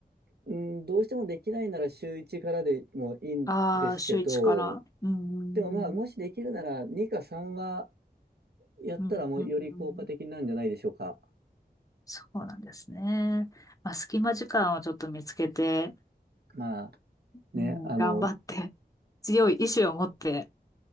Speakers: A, on the right; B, on the left.
A: うん、どうしてもできないなら週1からでもいいんですけど、
B: ああー、週1から。うん。
A: でもまあ、もしできるなら2か3はやったらもうより効果的なんじゃないでしょうか。
B: うん。うん。そうなんですね。まあ、隙間時間をちょっと見つけて、
A: まあね、
B: うん、
A: あの、
B: 頑張って、強い意志を持って、